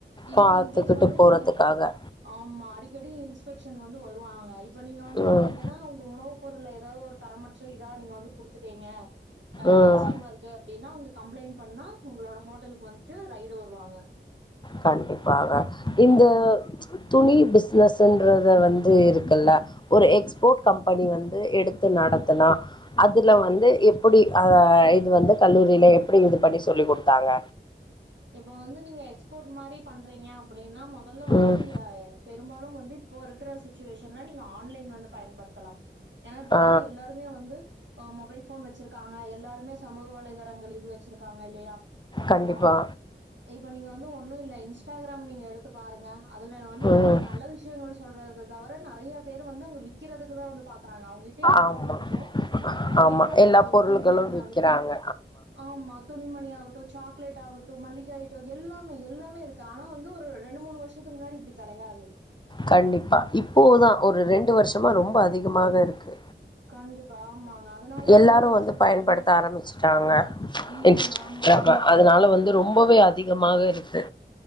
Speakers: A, on the right; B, on the left.
A: இல்ல
B: பார்த்துக்கிட்டு
A: இன்கேஸ் வந்து
B: போகிறதுக்காக
A: நீங்க ஆமா அடிக்கடி இன்ஸ்பெக்ஷன் வந்து வருவாங்க இப்ப நீங்க வந்து
B: ம்
A: பாத்திங்கனா உங்க உணவு பொருள ஏதாதொரு தரமற்ற இதா நீங்க வந்து குடுத்து தீங்க அஹ்
B: ம்
A: கன்சியூமருக்கு அப்படின்னா அவங்க கம்ப்ளைண்ட் பண்ணா உங்களோட ஹோட்டல் வந்துட்டு ரைடு வருவாங்க
B: கண்டிப்பாக இந்த
A: ம்.
B: துணி பிஸ்னஸ்ன்றத வந்து இருக்குல்ல ஒரு எக்ஸ்போர்ட் கம்பெனி வந்து எடுத்து நடத்துனா அதுல வந்து இப்பிடி ஆ இது வந்து கல்லூரில எப்டி இது பண்ணி சொல்லி குடுத்தாங்க
A: இப்ப வந்து நீங்க எக்ஸ்போர்ட் மாரி பண்றிங்க அப்டினா மொதல்ல வந்து
B: ம்.
A: நீங்க பெரும்பாலும் வந்து இப்போ இருக்ற சிச்சுவேஷன்ல நீங்க ஆன்லைன் வந்து பயன்படுத்தலாம் ஏனா இப்ப
B: ஆ
A: வந்து எல்லாருமே வந்து மொபைல் ஃபோன் வச்சிருக்காங்க எல்லாருமே சமூக வலைதளங்கள் இது வச்சிருக்காங்க இல்லையா இப்போ
B: கண்டிப்பா.
A: இப்ப நீங்க வந்து ஒண்ணு இல்ல இன்ஸ்டாகிராம் நீங்க எடுத்து பாருங்க அதுல வந்துட்டு
B: ம்.
A: உங்களுக்கு நல்ல விஷயங்கள் சொல்றத தவர நறையா பேரு வந்து அங்க விக்கறதுக்குதா வந்து பாக்கறாங்க அவங்ககிட்ட என்ன
B: ஆமா,
A: பொருள் இருக்கோ அத
B: ஆமா.
A: விக்கறதுதா
B: எல்லா
A: ஒரு
B: பொருள்களும்
A: துணிமணி
B: விக்கிறாங்க.
A: ஆகட்டு ஆமா துணிமணி ஆகட்டு சாக் பிளேட் அவுட் து மல்லிகா இட் எல்லாமே எல்லாமே இருக்கு ஆனா வந்து ஒரு ரெண்டு மூணு வருஷத்துக்கு முன்னாடி இப்படி கடையாது
B: கண்டிப்பா இப்போதா ஒரு ரெண்டு வருஷமா ரொம் ரொம்ப அதிகமாக இருக்கு
A: கண்டிப்பா ஆமாங்க அதனாலதா
B: எல்லாரு
A: வந்து என்ன சொல்றாங்க
B: பயன்படுத்த ஆரம்பிச்சுட்டாங்க
A: ம்
B: இன்ஸ்டாகிராம
A: ஆமாங்க
B: அதனால வந்து ரொம்பவே அதிகமாக இருக்கு